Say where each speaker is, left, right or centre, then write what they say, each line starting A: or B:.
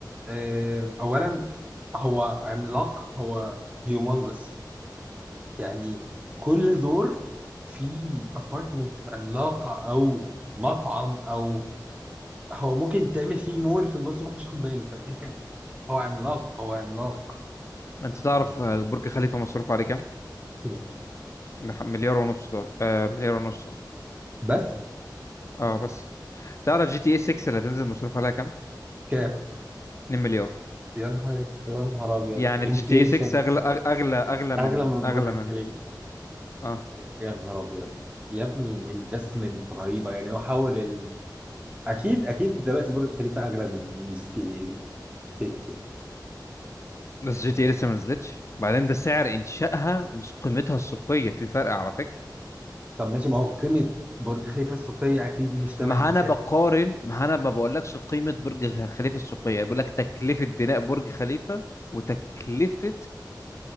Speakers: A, on the right (about 15°); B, on the left (about 40°).
A: آه، اولا هو عملاق هو هيومنجس يعني كل دور فيه ابارتمنت عملاقه او مطعم او هو ممكن يتعمل فيه مول في النص ومحدش ياخد باله ف- <laughs> هو عملاق هو عملاق
B: انت تعرف آه، برج خليفة مصروف عليه كام؟
A: حرفيا
B: مح- مليار ونص دولار آه مليار ونص اه
A: بس
B: اه بس تعرف جي تي اي 6 اللي هتنزل مصروف عليها كام؟
A: كام
B: 2 مليار
A: يا نهار اس- يا نهار ابيض
B: يعني
A: انفليشن
B: جي تي اي 6 اغلى أغ- اغلى اغلى من
A: اغلى من
B: اغلى
A: برج
B: من
A: خليفه
B: اه
A: يا نهار ابيض يا ابني انفستمنت رهيبه يعني هو حاول ال... اكيد اكيد دلوقتي برج خليفه اغلى من جي تي اي 6 يعني.
B: بس جي تي اي لسه ما نزلتش بعدين ده سعر انشائها مش قيمتها السوقية في فرق على فكرة
A: طب ماشي ما هو قيمه برج خليفه السوقيه اكيد مش ثمن
B: ما
A: انشائه
B: انا بقارن ما انا ما بقولكش قيمة برج خ- خليفة السوقية بقول لك تكلفة بناء برج خليفة وتكلفة